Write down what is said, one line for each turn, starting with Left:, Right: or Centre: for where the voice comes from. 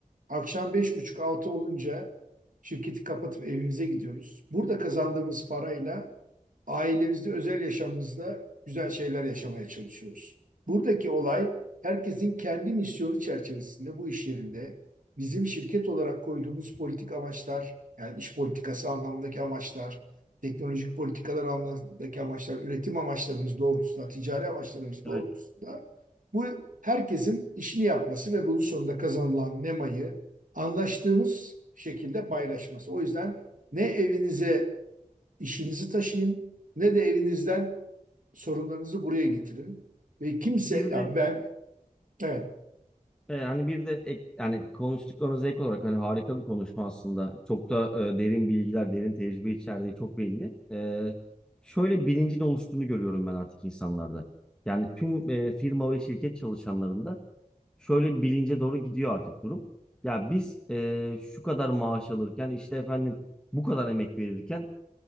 Right: Akşam beş buçuk altı olunca şirketi kapatıp evimize gidiyoruz. Burada kazandığımız parayla ailemizde, özel yaşamımızda güzel şeyler yaşamaya çalışıyoruz. Buradaki olay herkesin kendi misyonu çerçevesinde bu iş yerinde bizim şirket olarak koyduğumuz politik amaçlar, yani iş politikası anlamındaki amaçlar, teknolojik politikalar anlamındaki amaçlar, üretim amaçlarımız doğrultusunda, ticari amaçlarımız doğrultusunda
Centre: Evet.
Right: bu herkesin işini yapması ve bunun sonunda kazanılan nemayı anlaştığımız şekilde paylaşması. O yüzden ne evinize işinizi taşıyın ne de evinizden sorunlarınızı buraya getirin. Ve kimse,
Centre: Bir
Right: ya
Centre: de
Right: ben, evet
Centre: e, hani bir de ek, yani konuştuklarınıza ek olarak hani harika bir konuşma aslında. Çok da e, derin bilgiler, derin tecrübe içerdiği çok belli. E, şöyle bilincin oluştuğunu görüyorum ben artık insanlarda. Yani tüm e, firma ve şirket çalışanlarında şöyle bir bilince doğru gidiyor artık durum. Ya biz e, şu kadar maaş alırken işte efendim bu kadar emek verirken